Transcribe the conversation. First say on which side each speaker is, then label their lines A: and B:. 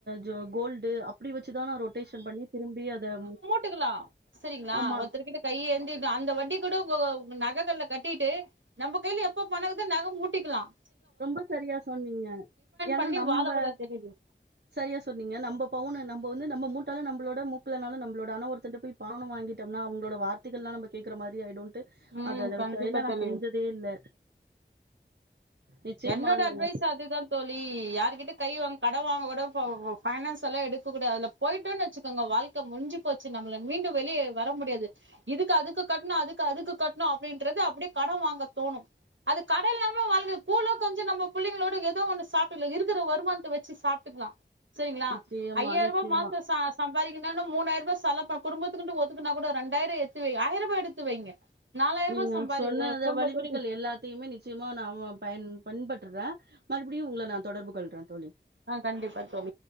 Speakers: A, on the right; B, on the right.
A: ஜோ கோல்டு அப் அப்டி வச்சுதான் நான் ரொட்டேஷன் பண்ணி திரும்பி அத
B: டுக்கலாம் சரிங்களா
A: ஆமா.
B: ஒருத்தரு கிட்ட கைய் எந்தி அந்த வட்டி கூட உன்கோ நகக்கல்லா கட்டிட்டு நம்ம கையில எப்ப பனங்குதோ நக மூட்டிக்கலாம்
A: ரொம்ப சரியா சொன்னீங்க ஏன்னா
B: பண்ணி
A: நம்ம
B: வாழ கூடாது தெரியுது
A: சரியா சொன்னீங்க நம்ம பவுனு நம்ம இப்போ வந்து நம்ம மூட்டாளு நம்மளோட மூக்கலனாலும் நம்மளோட ஆன ஒருத்தரட்ட போய் பணம் வாங்கிட்டோம்னா அவங்களோட வார்த்தைகள் எல்லாம் கேட்கிற மாரி ஆயிடும் தூ
B: ம்
A: அத நம்ம
B: கண்டிப்பா
A: சைனா நான்
B: தோழி
A: செஞ்சதே இல்ல நிச்சயமா
B: என்னோட
A: நீங்க
B: அட்வைஸ் அதுதான் தோலி இ யாருகிட்ட கை வாங் கட வாங்க கூட பைனான்ஸ் எல்லாம் எடுக்க கூடா அதுல போயிட்டோன்னு வச்சுக்கோங்க வாழ்க முஞ்ச போச்சு நம்மல மீண்டும் வெளியே வர முடியாது இதுக்கு அதுக்கு கட்டணும் அதுக்கு அதுக்கு கட்டணும் அப்டின்றது அப்டியே கடன் வாங்க தோணும் அது கட இல்லாம வாழ் கூலோ கஞ்சோ நம்ம பிள்ளைங்களோட ஏதோ ஒன்னு சாப்ட்னு இருக்கிற வருமானத்த வச்சு சாப்பிட்டுக்கலாம் சரிங்களா
A: நிச்சயமா,
B: ஐயாயிர
A: நிச்சயமா.
B: ரூபா மாசம் ச வரிகினாலும் மூனாயி ரூாபா செல பா குடும்பத்துக்கு ஒத்துக்கன கூடா ரெண்டாயிரம் எத்து வை ஆயிரூபா எடுத்து வைங்க நாலாயிரூபா
A: நீங்க
B: சம்பாதி
A: சொன்னத
B: குடும்பத்தோடு
A: வழிமுறைகள் எல்லாத்தையுமே நிச்சயமா நாம பயன் பண்பட்டுறேன் மறுபடியும் உங்கள நான் தொடர்பு கொள்றேன் தோலி
B: ஆ கண்டிப்பா தோழி